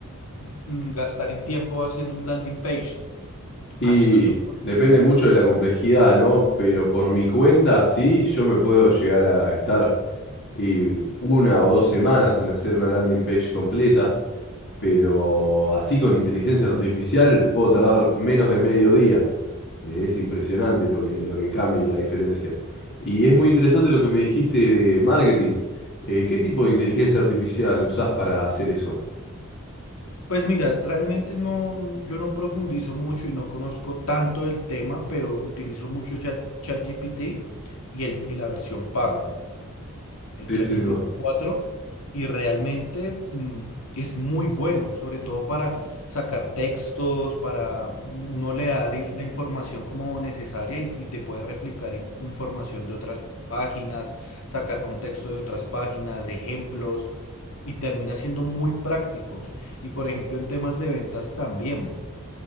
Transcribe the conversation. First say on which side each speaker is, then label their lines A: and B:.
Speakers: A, on the left; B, on the left.
A: mm, gastar en tiempo haciendo un landing page,
B: Y
A: haciendo tu...
B: depende mucho de la complejidad, ¿no? Pero por mi cuenta, sí, yo me puedo llegar a estar y una o dos semanas en hacer una landing page completa, pero así con inteligencia artificial puedo tardar menos de medio día. Eh, Es impresionante lo que, lo que cambia y la diferencia. Y es muy interesante lo que me dijiste de marketing. Eh, ¿qué tipo de inteligencia artificial usás para hacer eso?
A: Pues mira, realmente no, yo no profundizo mucho y no conozco tanto el tema, pero utilizo mucho ya ChatGPT y, el, y la versión paga. el
B: Sí,
A: ChatGPT
B: siendo
A: cuatro y realmente mm, es muy bueno, sobre todo para sacar textos, para uno le da la, la información como necesaria y, y te puede replicar in- información de otras páginas, sacar contexto de otras páginas, de ejemplos, y termina siendo muy práctico. Y por ejemplo, en temas de ventas también.